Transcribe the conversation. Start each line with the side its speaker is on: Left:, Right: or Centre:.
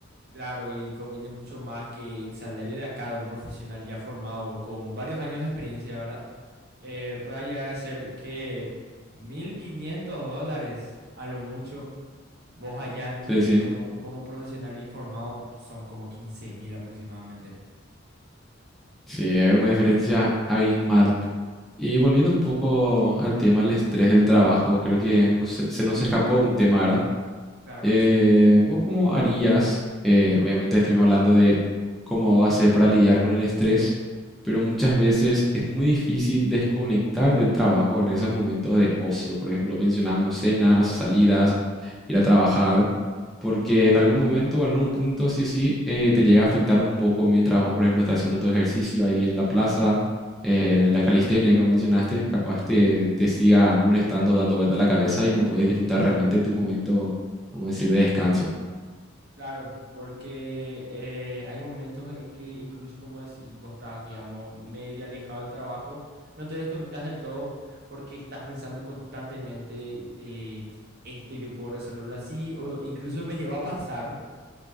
Right: Claro, y conviene mucho más que el salario de acá de un profesional ya formado con varios años de experiencia, ¿verdad? Eh, pueda llegar a ser que 1.500 dólares a lo mucho. Vos allá en un,
Centre: Sí, sí.
Right: como, como profesional informado son como 15.000 aproximadamente.
Centre: Sí, es una diferencia abismal. Y volviendo un poco al tema del estrés del trabajo, creo que no
Right: Sí.
Centre: se, se nos escapó un tema, ¿verdad?
Right: Claro,
Centre: Eh,
Right: decime.
Centre: ¿vos cómo harías? eh, obviamente estuvimos hablando de cómo hacer para lidiar con el estrés, pero muchas veces es muy difícil desconectar del trabajo en esos momentos de ocio. Por ejemplo, mencionamos
Right: Sí,
Centre: cenas,
Right: sí, sí.
Centre: salidas, ir a trabajar, porque en algún momento o algún punto sí o sí eh, te llega a afectar un poco mientras vos, por ejemplo, estás haciendo tu ejercicio ahí en la plaza, eh, la calistenia que vos mencionaste, capaz te, te siga molestando, dando vuelta la cabeza y no podés disfrutar realmente tu momento, vamos a decir, de descanso.
Right: Claro, porque eh, hay momentos en que incluso como decís, vos estás, digamos, medio alejado del trabajo, no te desconectas del todo porque estás pensando constantemente, eh, esto yo puedo resolverlo así, o incluso me llegó a pasar